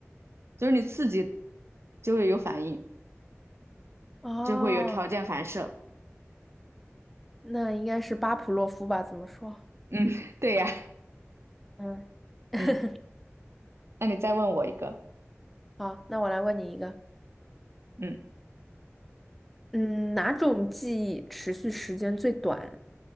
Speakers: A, on the right; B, in the centre.
A: 就是你刺激就会有反应，
B: 哦，
A: 就会有条件反射。
B: 那应该是巴甫洛夫吧？怎么说？
A: 嗯，<laughs> 对呀。
B: 嗯，<laughs>
A: 嗯，那你再问我一个。
B: 好，那我来问你一个，
A: 嗯。
B: 嗯，哪种记忆持续时间最短？